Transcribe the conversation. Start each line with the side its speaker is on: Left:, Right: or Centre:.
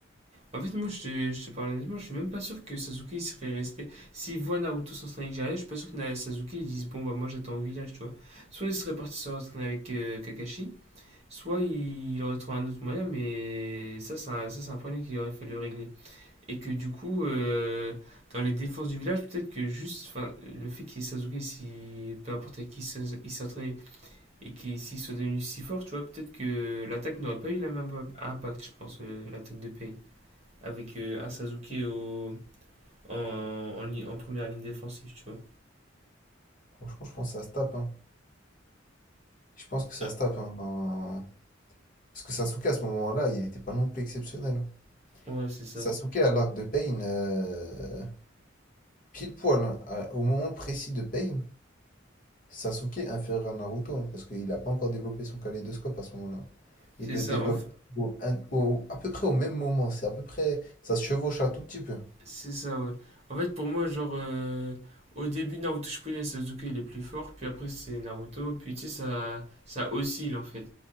Right: En fait, moi, je te, je te parle honnêtement, je suis même pas sûr que Sasuke il serait resté. S'il voit Naruto s'entraîner avec Jiraiya, je suis pas sûr que Sasuke il dise bon, bah, moi j'attends au village, tu vois. Soit il serait parti s'entraîner avec euh, Kakashi, Soit il, il aurait trouvé un autre moyen, mais ça, c'est un, ça, c'est un problème qu'il aurait fallu régler. Et que du coup, euh, dans les défenses du village, peut-être que juste enfin, le fait qu'il y ait Sasuke, si, peu importe avec qui il s'entraînait, et qu'il s'il soit devenu si fort, tu vois, peut-être que l'attaque n'aurait pas eu la même impact, je pense, euh, l'attaque de Pain. Avec euh, un Sasuke au, en, en, en première ligne défensive, tu vois.
Left: Franchement, je pense que ça se tape. hein. Je pense que ça
Right: Ah,
Left: se tape. hein, dans- Parce que Sasuke, à ce moment-là, il n'était pas non plus exceptionnel. hein.
Right: ouais, c'est ça.
Left: Sasuke, à l'arc de Pain, euh, pile poil, hein, à- au moment précis de Pain, Sasuke inférieur à Naruto, hein, parce qu'il n'a pas encore développé son kaléidoscope à ce moment-là.
Right: C'est
Left: Il le
Right: ça.
Left: développe
Right: En,
Left: au- un- au- à peu près au même moment, c'est à peu près, ça se chevauche un tout petit peu.
Right: C'est ça, ouais. En fait, pour moi, genre, euh, au début, Naruto Shippuden, Sasuke, il est plus fort, puis après, c'est Naruto, puis tu sais, ça, ça oscille, en fait.